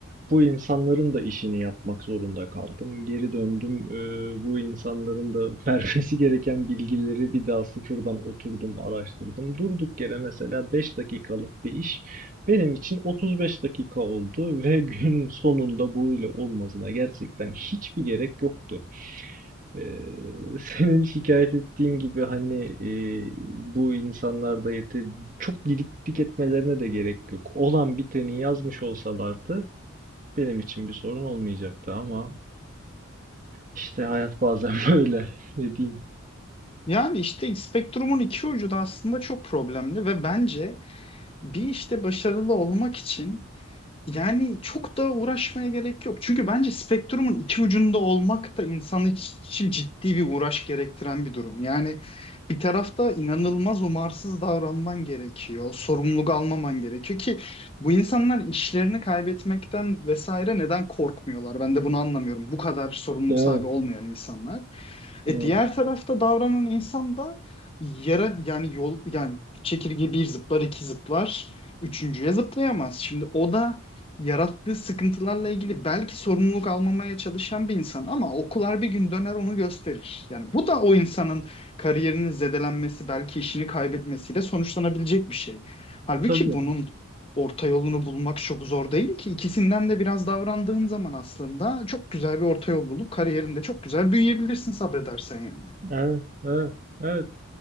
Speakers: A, on the right; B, on the left.
A: bu insanların da işini yapmak zorunda kaldım. Geri döndüm. ıı, bu insanların da <laughs> vermesi gereken bilgileri bir daha sıfırdan oturdum, araştırdım. Durduk yere mesela 5 dakikalık bir iş benim için 35 dakika oldu ve <laughs> günün sonunda bu ile olmasına gerçekten hiçbir gerek yoktu. Ee, <laughs> senin şikayet ettiğin gibi hani e, bu insanlarda yeter çok didiklik etmelerine de gerek yok. Olan biteni yazmış olsalardı benim için bir sorun olmayacaktı ama işte hayat bazen <laughs> böyle ne diyeyim.
B: Yani işte spektrumun iki ucu da aslında çok problemli ve bence bir işte başarılı olmak için Yani çok da uğraşmaya gerek yok. Çünkü bence spektrumun iki ucunda olmak da insan için ciddi bir uğraş gerektiren bir durum. Yani bir tarafta inanılmaz umarsız davranman gerekiyor. Sorumluluk almaman gerekiyor ki bu insanlar işlerini kaybetmekten vesaire neden korkmuyorlar? Ben de bunu anlamıyorum. Bu kadar sorumluluk
A: Evet,
B: sahibi olmayan insanlar. E
A: evet.
B: diğer tarafta davranan insan da yara yani yol yani çekirge bir zıplar iki zıplar üçüncüye zıplayamaz. Şimdi o da yarattığı sıkıntılarla ilgili belki sorumluluk almamaya çalışan bir insan ama okullar bir gün döner onu gösterir. Yani bu da o insanın kariyerinin zedelenmesi belki işini kaybetmesiyle sonuçlanabilecek bir şey. Halbuki
A: Tabii.
B: bunun orta yolunu bulmak çok zor değil ki. İkisinden de biraz davrandığın zaman aslında çok güzel bir orta yol bulup kariyerinde çok güzel büyüyebilirsin sabredersen yani.
A: Evet, evet, evet.